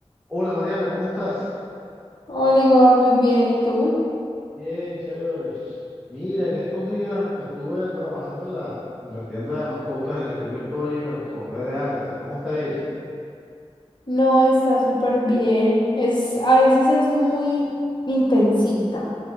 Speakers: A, in the centre; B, on the left (about 45°).
A: Hola Mariana, ¿cómo estás?
B: Hola Igor, muy bien. ¿Y tú?
A: Bien, chévere. Mira, en estos días estuve trabajando en la, en la tienda de mascotas en la que yo estoy y me acordé de Ágata. ¿Cómo está ella?
B: No, está súper bien. Es, a veces es muy intensita,